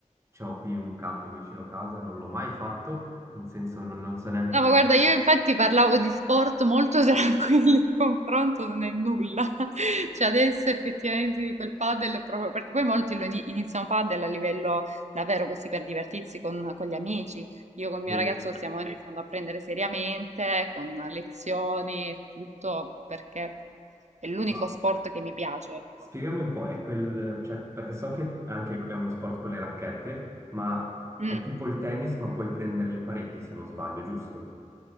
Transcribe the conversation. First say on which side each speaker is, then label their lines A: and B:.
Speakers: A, on the right; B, on the right.
A: eh, ho qui un campo vicino a casa, non l'ho mai fatto, nel senso non, non so neanche
B: No,
A: come...
B: ma guarda, io infatti parlavo di sport molto <laughs> tranquilli in confronto non è nulla. <laughs> Cioè adesso effettivamente di quel padel, è proprio, perché poi molti lo ini- iniziano padel a livello davvero così per divertirsi con, con gli amici. Io col mio
A: Sì.
B: ragazzo lo stiamo iniziando a prendere seriamente, con lezioni e tutto, perché è l'unico
A: Ma-
B: sport che mi piace, ecco.
A: Spiegami un po', è quel, cioè, perché so che anche è uno sport con le racchette, ma
B: Mm.
A: è tipo il tennis, ma puoi prendere le pareti se non sbaglio, giusto?